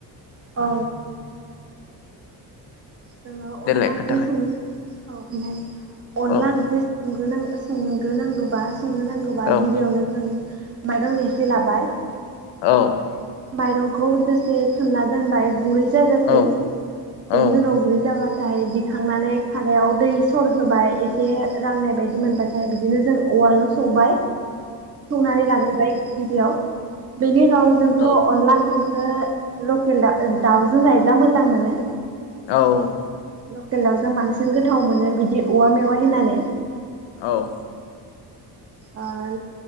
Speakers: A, on the right; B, on the left.
A: औ। जोङो
B: देलाय
A: अनला ओंख्रि
B: खोन्थालाय
A: सङो। औ ओमफ्राय अनला
B: औ
A: ओंख्रि संग्रोनां सं संनो नांगौबा संनो नांगौबा
B: औ
A: गिबियावनो जों माइरं एसे लाबाय ओमफ्राय
B: औ
A: माइरंखौ दसे सोमना दोनबाय गुरै जाजासिम
B: औ
A: बेनि
B: औ
A: उनाव गुरै जाबाथाय दिखांनानै खादायाव दै सर होबाय एसे राननाय बायदि मोनबाथाय बिदिनो जों उवालाव सौबाय संनानै लाग्रोबाय गिबियाव बेनि उनाव जोंथ'
B: औ
A: अनला ओंख्रि नोंथाङा लकेल दा दाउजों जायोब्ला मोजां मोनो
B: औ औ
A: लकेलाव जों बांसिन गोथाव मोनो बिदि औवा मेवाइ होनानै
B: औ
A: ओह